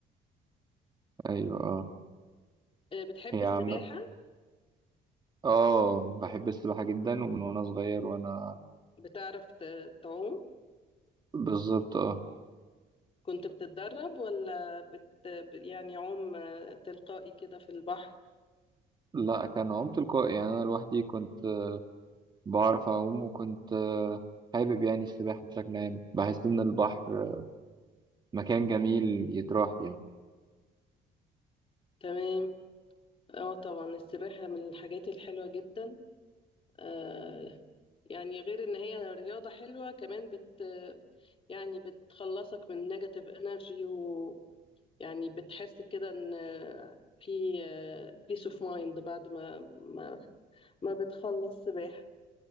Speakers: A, on the right (about 25°); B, on the left (about 35°).
A: أيوة آه
B: آه، بتحب
A: هي
B: السباحة
A: عامة آه بحب السباحة جدا ومن وأنا صغير وأنا
B: بتعرف ت- تعوم
A: بالظبط آه
B: كنت بتتدرب ولا بت يعني عوم آه، تلقائي كده في البحر
A: لا كان عوم تلقائي يعني أنا لوحدي كنت بعرف أعوم وكنت آه، حابب يعني السباحة بشكل عام بحس إن البحر مكان جميل يتراح يعني
B: تمام اه طبعا السباحة من الحاجات الحلوة جدا آه يعني غير ان هي رياضة حلوة كمان بت يعني بتخلصك من نيجاتيف انرجي ويعني بتحس كده ان آه، في بيس اوف مايند بعد ما ما, ما بتخلص سباحة